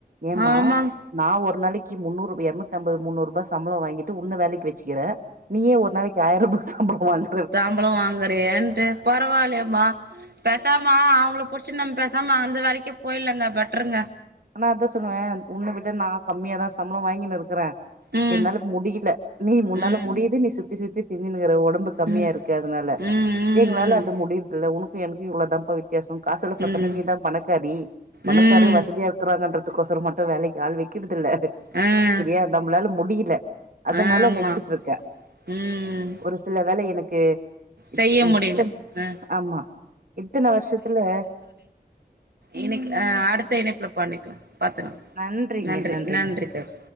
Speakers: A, on the right; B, on the right.
A: ஏமா
B: ஆமாங்
A: நா ஒரு நாளைக்கு முன்னூறு எரநூத்தி அம்பது முன்னூறுபா சம்பளோ வாங்கிட்டு உன்ன வேலைக்கு வச் சிக்கிறே நீயே ஒரு நாளைக்கு ஆயிரரூபா சம்பளோ வாங்
B: தாம்பளோ வாங்குறியேன்ட்டு பரவாயில்லயேமா பேசாமா அவுங்கள புடிச்சு நம்ம பெசாமா அந்த வேலக்கே போயிட்லாங்க பெட்ருங்க
A: ஆனா அதா சொல்லுவ உன்ன விட நா கம்மியாதா சம்பளோ வாங்கினு இருக்குறே
B: ம்
A: என்னால முடியில நீ முன்னால
B: ம்
A: முடியுது நீ சுத்தி சுத்தி தின்னுனுங்குற ஒ டம்பு கம்மியாருக்கு
B: ம்
A: அதனால
B: ம் ம்
A: எங்ளால அது முடியர்துல்ல உனக்கு எனக்கு இவ்ளோதாம்பா வித் தியாசோ காசுல பாத்தனா
B: ம்
A: நீ தா பணக்காரி பணக்காரரு
B: ம்
A: வசதியா
B: ம்
A: இருக்கறாங்கன்றது கோசோ மட்டு வேலைக்கு ஆள் வைக்கறதில்ல
B: அ
A: செரியா நம்மளால முடியில அதனால
B: ஆமா
A: வெச்சுட்ருக்க
B: ம்
A: ஒரு சில வேல எனக்கு இ
B: செய்ய
A: இத்தன்
B: முடியல ஆ
A: ஆமா இத்தன வருஷத்துல
B: இனைக்கு அடுத்த இணைப்புல பண்ணிக்கலா பாத்துக்லா
A: நன்றிங்க
B: நன்றி
A: நன்றிங்க
B: நன்றி தோழி